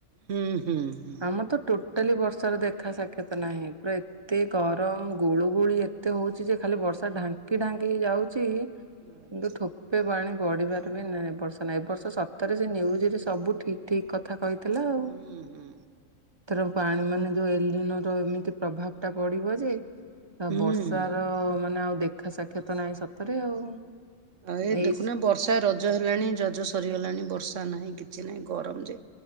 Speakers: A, on the right (about 65°); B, on the right (about 35°).
A: ହୁଁ ହୁଁ ହୁଁ
B: ଆମର ତ ଟୋଟାଲି ବର୍ଷାର ଦେଖା ସାକ୍ଷାତ ନାହିଁ ପୁରା ଏତେ ଗରମ ଗୁଳୁ ଗୁଳି ଏତେ ହଉଛି ଯେ ଖାଲି ବର୍ଷା ଢାଙ୍କି ଢାଙ୍କି ଯାଉଛି। କିନ୍ତୁ
A: ଆଚ୍ଛା
B: ଠପ ଏବେ ବାଣୀ ବଢିବାର ବି ନାଁ ବର୍ଷ ନଁ ଏବ ବର୍ଷ ସତରେ ସେ ନ୍ୟୁଜ ରେ ସବୁ ଠିକ ଠିକ କଥା କହିଥିଲା ଆଉ।
A: ହୁଁ ହୁଁ।
B: ଏଥର ପାଣି ମାନେ ଯୋଉ ଏଲି ନର ଏମିତି ପ୍ରଭାବ ଟା ପଡିବ ଯେ ଆ
A: ହୁଁ।
B: ବର୍ଷା ର ମାନେ ଆଉ ଦେଖା ସାକ୍ଷାତ ନାହିଁ ସତରେ ଆଉ।
A: ଆ ଏ
B: ଏଇ
A: ଦେଖୁନା ବର୍ଷା ର ରଜ ହେଲାଣି ଜଜ ସରିଗଲାଣି ବର୍ଷା ନାହିଁ କିଛି ନାହିଁ ଗରମ ଯେ